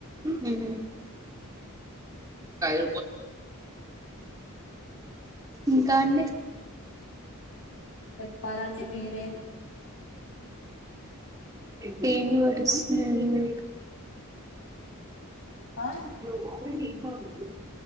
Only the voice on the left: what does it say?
చెప్పాలండి
మీరే
ఆ